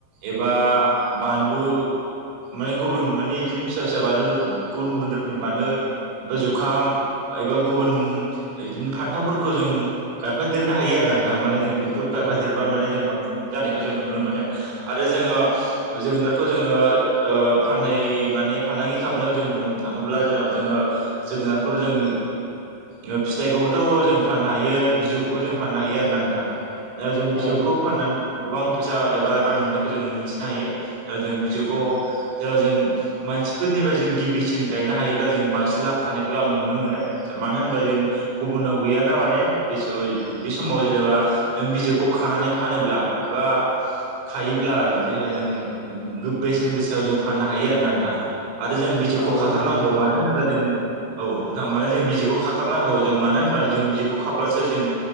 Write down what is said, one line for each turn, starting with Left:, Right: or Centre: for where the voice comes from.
Right: एबा बानलु माने गुबुन माने इदिनो फिसा फिसा बानलुु रू गुबुन गुबुन रोखोमनि बानलु एबा जुखाम एबा गुबुन बिदिनो फान्थावफोर खो जों गायफादेरनो हायो आरो नोंथां माने जों बेफोरखौ गायफादेरबा
Left: औ
Right: माने जों बां जानायखौ जों नुनो मोनो आरो जोङो जोगोनारखौ जोङो ओ फानै माने फालांगि खालामनायाव जों बुंनो थाङोब्ला जेनेबा जोङो जोगोनारखौ जों उम फिथाइखौबोथ' जों फाननो हायो बिजौखौबो जों फाननो हायो आरो ना नोंथां ओ जों बिजौखौ
Left: औ
Right: फाननानै गोबां फैसा एबा रां मोननायखौ जों मिथिनो हायो ओ जों बिजौखौ जेनेबा जों मानसि फोरनिफ्राय जों गिबिसिन गायनो हायोब्ला जों बांसिन लाब थानायखौ आं नुनो मोनो मानो होनोबा जों गुबुन उनाव गैयाना माने बे सय बे समाव जेनेबा नों बिजाबखौ खानानै फानोब्ला ओ खायोब्ला जेनबा जों गो बेसेन गोसायाव जों फाननो हायो आरो ना नोंथां आरो जों बिजौखौ
Left: औ
Right: खाथारनांगौ
Left: औ नंगौ नोंथां
Right: मानो होनोब्ला जों औ नोंथां माने जों बिजौखौ खाथारनांगौ जों मानो होनब्ला जों बिजौखौ खाब्लासो जों